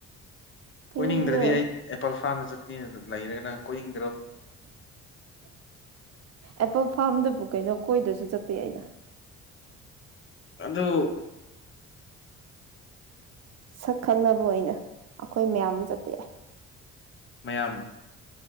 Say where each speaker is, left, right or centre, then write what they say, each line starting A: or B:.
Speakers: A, on the right; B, on the left.
A: ꯀꯣꯏꯅꯤꯡꯕ꯭ꯔꯣ
B: ꯀꯣꯏꯅꯤꯡꯗꯗꯤ ꯑꯩ ꯑꯦꯄꯜ ꯐꯥꯔꯝꯗ ꯆꯠꯀꯅ ꯂꯩꯔꯒꯅ ꯀꯣꯏꯅꯤꯡ
A: ꯑꯇꯣꯞꯄ ꯐꯥꯝꯗꯕꯨ ꯀꯩꯅꯣ ꯀꯣꯏꯗ꯭ꯔꯁꯨ ꯆꯠꯄ ꯌꯥꯏꯅ
B: ꯑꯗꯨ
A: ꯁꯛ ꯈꯪꯅꯕ ꯑꯣꯏꯅ ꯑꯈꯣꯏ ꯃꯌꯥꯝ ꯑꯃ ꯆꯠꯄ ꯌꯥꯏ
B: ꯃꯌꯥꯝ